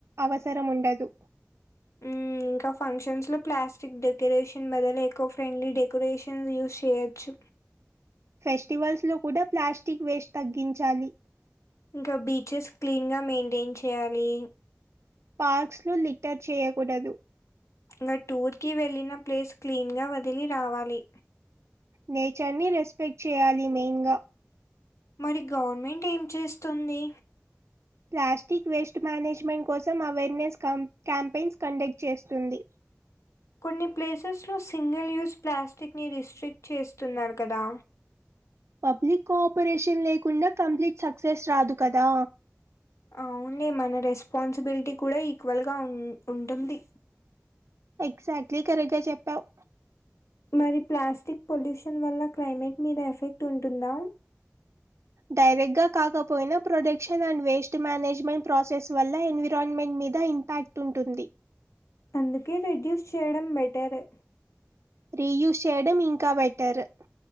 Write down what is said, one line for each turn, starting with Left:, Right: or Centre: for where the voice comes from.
Right: అవసరం ఉండదు.
Left: మ్మ్, ఇంకా ఫంక్షన్స్ లో ప్లాస్టిక్ డెకరేషన్ బదలు ఎకో ఫ్రెండ్లీ డెకొరేషన్ యూస్ చేయొచ్చు.
Right: ఫెస్టివల్స్ లో కూడా ప్లాస్టిక్ వేస్ట్ తగ్గించాలి.
Left: ఇంకా బీచెస్ క్లీన్ గా మెయింటైన్ చేయాలి.
Right: పార్క్స్ లో లిటర్ చేయకూడదు.
Left: ఇంగా టూర్కి వెళ్ళిన ప్లేస్ క్లీన్గా వదిలి రావాలి.
Right: నేచర్ ని రెస్పెక్ట్ చేయాలి మెయిన్ గా.
Left: మరి గవర్నమెంట్ ఏం చేస్తుంది?
Right: ప్లాస్టిక్ వేస్ట్ మేనేజ్మెంట్ కోసం అవేర్నెస్ కం క్యాంపెయిన్స్ కండక్ట్ చేస్తుంది.
Left: కొన్ని ప్లేసెస్లో సింగిల్ యూస్ ప్లాస్టిక్ ని రిస్ట్రిక్ట్ చేస్తున్నారు కదా.
Right: పబ్లిక్ కోఆపరేషన్ లేకుండా కంప్లీట్ సక్సెస్ రాదు కదా.
Left: ఆ ఓన్లీ మన రెస్పాన్సిబిలిటీ కూడా ఈక్వల్ గా ఉమ ఉంటుంది
Right: ఎగ్జాక్ట్లీ కరెక్ట్గా చెప్పావు
Left: మరి ప్లాస్టిక్ పొల్యూషన్ వల్ల క్లైమేట్ మీద ఎఫెక్ట్ ఉంటుందా?
Right: డైరెక్ట్ గ కాకపోయినా production and waste management process వల్ల ఎన్విరాన్మెంట్ మీద ఇంపాక్ట్ తుంటుంది
Left: అందుకే రిడ్యూస్ చేయడం బెటరు.
Right: రీ యూస్ చేయడం ఇంకా బెటరు